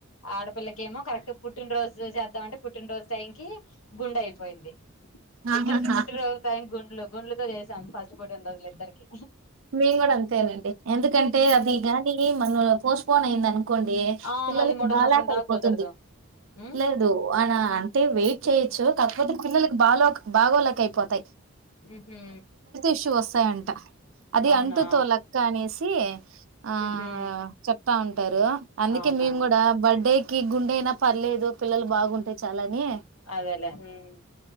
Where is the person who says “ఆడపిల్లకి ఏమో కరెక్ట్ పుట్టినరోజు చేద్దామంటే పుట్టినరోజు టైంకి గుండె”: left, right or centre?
Left